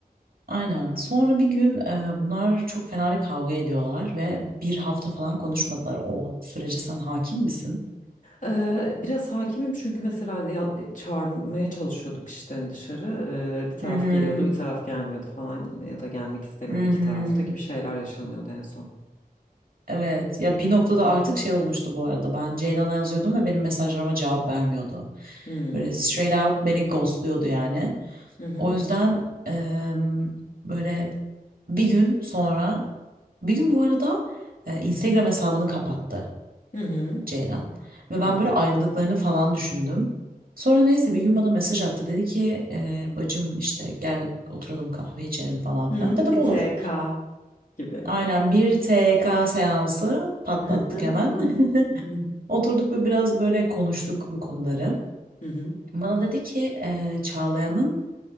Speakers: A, on the right; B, on the left.
A: Aynen. Sonra bir gün e, bunlar çok fena bir kavga ediyorlar ve bir hafta falan konuşmadılar. O sürece sen hakim misin?
B: Ee, biraz hakimim çünkü mesela ya- çağırmaya çalışıyorduk işte dışarı. Ee, bir taraf
A: Hı hı.
B: geliyordu bir taraf gelmiyordu falan ya da gelmek istemiyordu
A: Hı
B: iki
A: hı.
B: tarafta gibi şeyler yaşanıyordu en son.
A: Evet ya bir noktada
B: Evet.
A: artık şey olmuştu bu arada ben Ceylan'a yazıyordum ve benim mesajlarıma cevap vermiyordu.
B: Hmm.
A: Böyle straight out beni ghostluyordu yani.
B: Hı hı.
A: O yüzden em, böyle bir gün sonra bir gün bu arada e, Instagram hesabını kapattı
B: Hı hı.
A: Ceylan. Ve
B: Aa.
A: ben böyle ayrıldıklarını falan düşündüm. Sonra neyse bir gün bana mesaj attı dedi ki e, bacım işte gel oturalım kahve içelim falan
B: Hı
A: filan.
B: hı,
A: Dedim
B: bir
A: olur.
B: TK gibi.
A: Aynen bir TK seansı patlattık
B: Hı hı,
A: hemen.
B: hı hı,
A: <laughs> Oturduk ve biraz böyle konuştuk bu konuları.
B: hı hı,
A: Bana dedi ki eee Çağlayan'ın